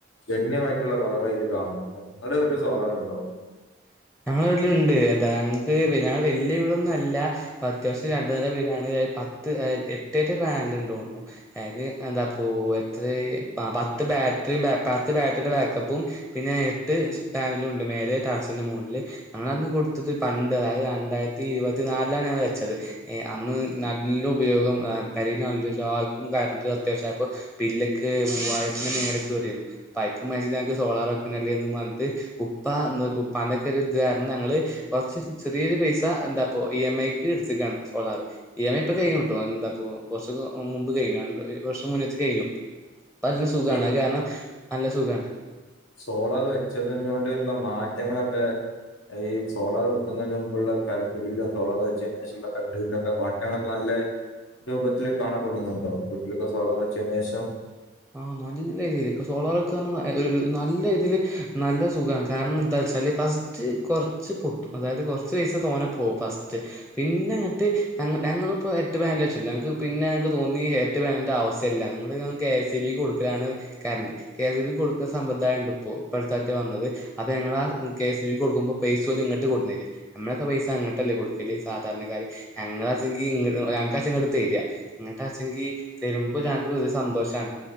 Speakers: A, on the left (about 85°); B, in the centre.
A: ഗണ്യമായിട്ടുള്ള <unintelligible> കാണും നിങ്ങൾടെ വീട്ടില് സോളാറുണ്ടോ
B: <inaudible> ഞങ്ങളെ വീട്ടില് ഉണ്ട് എന്താ ഞങ്ങക്ക് ഞങ്ങ വല്യ വീടൊന്നും അല്ല അത്യാവശ്യം രണ്ട് നെല വീടാണ് പത്ത് എട്ടേറ്റ് പാനല് ഉണ്ടെന്നു തോന്നുന്നു അത് എന്താപ്പോ എത്ര പത്ത പത്ത് ബാറ്ററിയും പത്ത് ബാറ്ററിയുടെ ബാക്കപ്പും പിന്നെ എട്ട് പാനലും ഉണ്ട് മേലെ ടെറസിന്റെ മൊ ളില് ഞങ്ങൾ അന്ന് കൊടുത്തത് പണ്ട് രണ്ടായിരത്തി ഇരുപത്തി നാലിൽ ആണ് ഞങ്ങള് വെച്ചത് അന്ന് നല്ല ഉപയോഗം പെരെ നല്ല എല്ലാർക്കും കറണ്ട് അത്യാവശ്യമായപ്പോ ബില്ലക്കെ മൂവായിരത്തി മേളിൽ കേറിയിരുന്നു അയിക്ക് <unintelligible> ഞങ്ങക്ക് സോളാറ് വെക്കുന്നതല്ലേന്ന് പറഞ്ഞിട്ട് ഉപ്പ അന്ന് ഉപ്പാന്റെ <unintelligible> ഞങ്ങള് കൊറച്ച് ചെറിയൊരു പൈസ എന്താപ്പോ ഇ എം ഐ ക്ക് എടുത്തേക്കാണ് സോളാറ് ഇഎംഐ ഇപ്പൊ കഴിയുട്ടോ എന്താ ഇപ്പോ കൊറച്ച് മുമ്പ് കഴിഞ്ഞുണ്ട് ഒരു വർഷം മുന്നേത്ത് കഴിഞ്ഞു ഇപ്പം നല്ല സുഖാണ്
A: അപ്പൊ
B: അത് കാരണം നല്ല സുഖാണ്
A: സോളാറ് വെച്ചതിനെകൊണ്ടുള്ള മാറ്റങ്ങളൊക്കെ ഈ സോളാറ് വെക്കുന്നതിന് മുമ്പുള്ള കറണ്ട് ബില്ലോ സോളാർ വെച്ചതിന്ശേഷമുള്ള കറണ്ട് ബില്ലൊക്കെ മാറ്റങ്ങളൊക്കെ നല്ല രൂപത്തില് കാണപ്പെടുന്നുണ്ടോ വീട്ടില് സോളാറ് വെച്ചതിനുശേഷം
B: ആ നല്ല രീതിയിക്ക് സോളാറ് വെക്കുവാന്നു പറഞ്ഞാ ഒരു നല്ല രീതിയില് നല്ല സുഖാണ് കാരണം എന്താവെ വച്ചാല് ഫസ്റ്റ് കൊറച്ച് പൊട്ടും അതായത് കൊറച്ച് പൈസ തോന്നെ പോകും ഫസ്റ്റ് പിന്നെ അങ്ങോട്ട് ഞങ്ങ ഞങ്ങളിപ്പോ എട്ട്പാനല് വെച്ചല്ലോ ഞങ്ങക്ക് പിന്നെ ഞങ്ങക്ക്തോന്നി എട്ടുപാനലിന്റെ ആവശ്യമില്ലാന്ന് ഞങ്ങള് കെ എസ് സി ബി കൊടുക്കാണ് current K S C B കൊടുക്കുന്ന സമ്പ്രദായം ഉണ്ട് ഇപ്പോ ഇപ്പഴത്തേയക്കാ വന്നത് അത് ഞങ്ങള് ആ കെ എസ് ബി കൊടുക്കുമ്പോ പൈസ പോലും ഇങ്ങോട്ട് കൊണ്ടുന്നുതരുവാ നമ്മളൊക്കെ പൈസ അങ്ങട്ടല്ലേ കൊടുക്കല് സാധാരണക്കാര് അങ്ങ നിങ്ങള് അടച്ചെങ്കിൽ ങ്ങ ആ കാശ് ഇങ്ങടുത്തു തര ങ്ങട്ടാശെങ്കി തരുമ്പോ ഞങ്ങക്ക് വലിയ സന്തോഷണ്